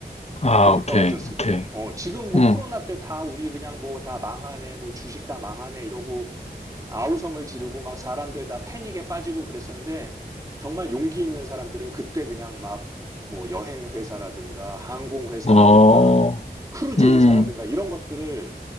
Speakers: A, on the left (about 40°); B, on the right (about 20°).
A: 아,
B: 그렇게
A: 오케이.
B: 떨어졌을
A: 오케이.
B: 때. 어, 지금 뭐
A: 응.
B: 코로나 때 다 우리 그냥 뭐 다 망하네, 뭐 주식 다 망하네 이러고 아우성을 지르고 막 사람들 다 패닉에 빠지고 그랬었는데 정말 용기 있는 사람들은 그때 그냥 막 뭐 여행 회사라든가 항공 회사라든가
A: 어.
B: 크루즈
A: 음,
B: 회사라든가 이런 것들을